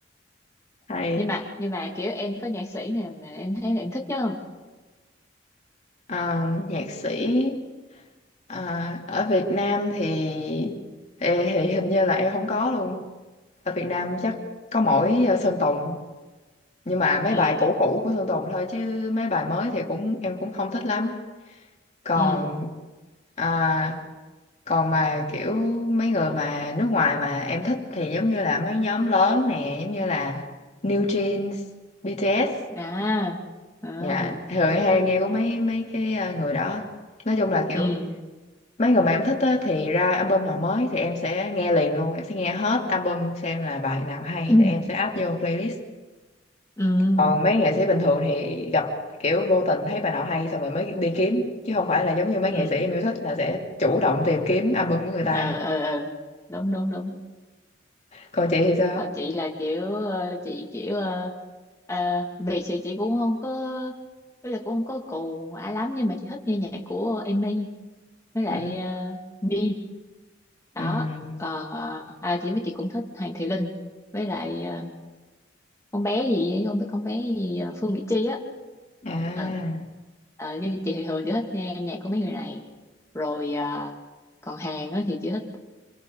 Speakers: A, on the left; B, on the left.
A: hay
B: nhưng mà nhưng mà kiểu em có nhạc sĩ nào mà em thấy là em thích nhất không
A: à, nhạc sĩ à, ở Việt Nam thì, thì thì hình như là em không có luôn ở Việt Nam chắc có mỗi ờ, Sơn Tùng nhưng mà mấy
B: ừ
A: bài cũ cũ của Sơn Tùng thôi chứ mấy bài mới thì cũng em cũng không thích lắm còn
B: ừ
A: à, còn mà kiểu mấy người mà nước ngoài mà em thích thì giống như là mấy nhóm lớn nè giống như là New Jeans BTS
B: à à
A: Dạ, thường em hay nghe của mấy mấy cái ờ, người đó. Nói chung là kiểu
B: ừ
A: mấy người mà em thích á, thì ra album nào mới thì em sẽ nghe liền luôn, em sẽ nghe hết album xem là bài nào hay
B: <clears throat>
A: thì em sẽ add vô playlist.
B: ừ
A: Còn mấy nghệ sĩ bình thường thì gặp kiểu vô tình thấy bài nào hay xong rồi mới đi kiếm chứ không phải là giống như mấy
B: ừ
A: nghệ sĩ em yêu thích là sẽ chủ động tìm kiếm album của người ta.
B: ờ ờ ờ đúng đúng đúng
A: Còn chị thì sao?
B: còn chị là kiểu ờ, chị kiểu ờ, ờ, biệt thì chị cũng không có bây giờ cũng không có cuồng ai lắm nhưng mà chị thích nghe nhạc của Amy với lại
A: Ừ.
B: uh, Min đó
A: Ừ.
B: còn ờ, à chị với chị cũng thích Hoàng Thùy Linh với lại ờ, con bé gì ấy, con con bé gì ờ, Phương Mỹ Chi á
A: À.
B: ừ ờ chứ chị thì thường chị thích nghe nhạc của mấy người này rồi ờ, còn Hàn á thì chị thích